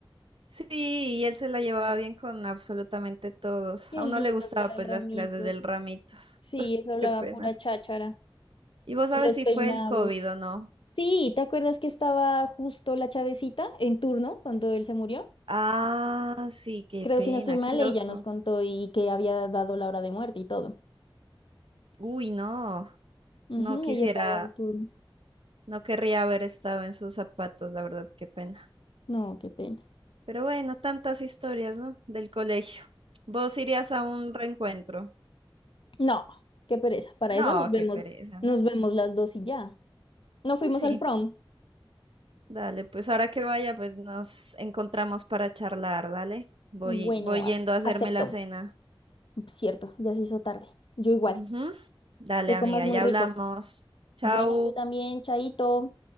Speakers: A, on the right; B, on the left.
A: Sí, y él se la llevaba bien con absolutamente todos.
B: Qué
A: A
B: lindo
A: uno le gustaba
B: que era
A: pues
B: el Ramitos.
A: las clases del Ramitos.
B: Sí, eso hablaba
A: Qué pena.
B: pura cháchara.
A: ¿Y vos
B: Y
A: sabes
B: los
A: si
B: peinados.
A: fue el COVID o no?
B: Sí, ¿te acuerdas que estaba justo la Chavecita en turno cuando él se murió?
A: Ah, sí, qué
B: Creo,
A: pena,
B: si no estoy mal,
A: qué loco.
B: ella nos contó y que había dado la hora de muerte y todo.
A: Uy, no.
B: Ujú,
A: No quisiera
B: ella estaba en turno.
A: No querría haber estado en sus zapatos, la verdad, qué pena.
B: No, qué pena.
A: Pero bueno, tantas historias, ¿no? Del colegio. ¿Vos irías a un reencuentro?
B: No, qué pereza. Para
A: No,
B: eso nos vemos,
A: qué pereza,
B: nos
A: ¿no?
B: vemos las dos y ya. No fuimos
A: Pues sí,
B: al prom.
A: dale, pues ahora que vaya, pues nos encontramos para charlar, dale. Voy,
B: Bueno,
A: voy yendo
B: ac-
A: a hacerme
B: acepto.
A: la cena.
B: Cierto, ya se hizo tarde. Yo igual.
A: Ujú. Dale,
B: Que
A: amiga,
B: comas muy
A: ya
B: rico.
A: hablamos. Chau.
B: Bueno, tú también, Chaito.